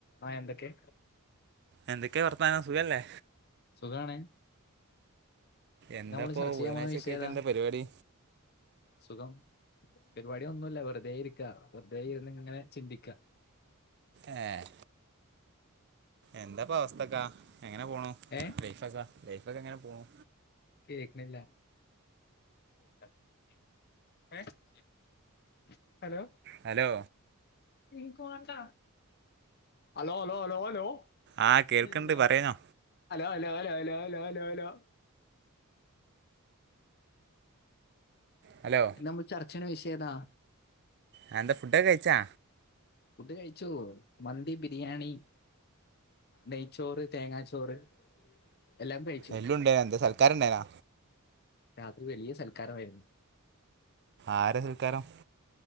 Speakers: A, on the left; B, on the right.
A: ആഹാ എന്തൊക്കെ
B: എന്തൊക്കെയാ വർത്താനം സുഖല്ലേ
A: സുഖാണ്
B: എന്താപ്പോ
A: നമ്മള് ചർച്ച ചെയ്യാൻ
B: ബുധനാഴ്ച
A: പോണ വിഷയം
B: ഒക്ക ആയിട്ട്
A: ഏതാ
B: എന്താ പരിപാടി
A: സുഖം പരിപാടി ഒന്നുമില്ല വെറുതെ ഇരിക്ക വെറുതെ ഇരുന്ന് ഇങ്ങനെ ചിന്തിക്ക
B: ഏഹ് എന്താപ്പ അവസ്ഥക്കാ എങ്ങനെ പോണു
A: ഏഹ്
B: ബ്രേഫാസാ ബ്രേഫാസ് ഇങ്ങനെ പോണൂ
A: കേക്ക്ണില്ല <unintelligible> ഏഹ് <inaudible> ഹലോ
B: ഹലോ
A: ഇ <unintelligible> കോ വാണ്ട ഹലോ ഹലോ ഹലോ ഹലോ
B: ആ കേൾക്കണ്ട്
A: എന്താ
B: പറയനോ
A: അലോ അലോ അലോ അലോലാലാലാ
B: ഹലോ
A: ഇത് നമ്മൾ ചർച്ച ചെയ്യ്ണ വിഷയംഏതാ
B: ആഹ് എന്താ ഫുഡോക്കെ കഴിച്ചാ
A: ഫുഡ് കഴിച്ചു മന്തി, ബിരിയാണി, നെയ്ച്ചോറ് തേങ്ങാച്ചോറ്. എല്ലാം കഴിച്ചു
B: എല്ലാം ഉണ്ടായിന എന്താ സൽക്കാരം ഉണ്ടായിനാ
A: രാത്രി വലീയ സൽക്കാരമായിരുന്നു
B: ആരെ സൽക്കാരം